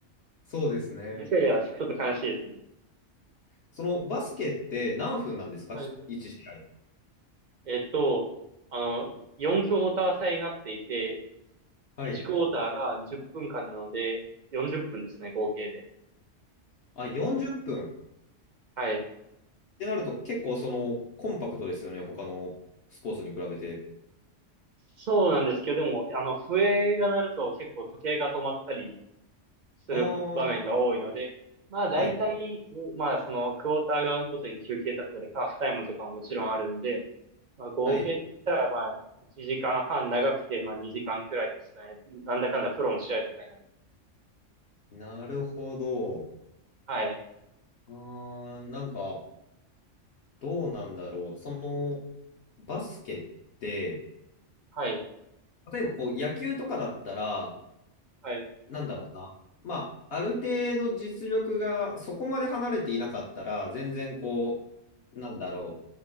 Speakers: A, on the left (about 60°); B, on the right (about 55°).
A: そうですね。
B: 出てるはちょっと悲しいですね。
A: そのバスケって何分なんですか
B: はい。
A: ?1 試合。
B: えっと、あの、4クォーター制になっていて、
A: はい。
B: 1クォーターが10分間なので、40分ですね、合計で。
A: あ、40分。っぷんっ
B: はい。
A: てなると結構そのコンパクトですよね、他のスポーツに比べて。
B: そうなんですけど、でも、あの、笛が鳴ると結構時計が止まったりする場面が多いので、
A: ああ、
B: まあ大体、
A: はい。
B: まあそのクォーターがごとに休憩だったり、ハーフタイムとかももちろんあるので、まあ合計で言ったらまあ1時間半長くてまあ2時間くらいですかね。
A: はい。
B: なんだかんだプロの試合とかになると。
A: なるほど。
B: はい。
A: あー、なんか、どうなんだろう。その、バスケって、
B: はい。
A: 例えばこう野球とかだったら、
B: はい。
A: なんだろうな。まあ、ある程度実力がそこまで離れていなかったら、全然こう、なんだろ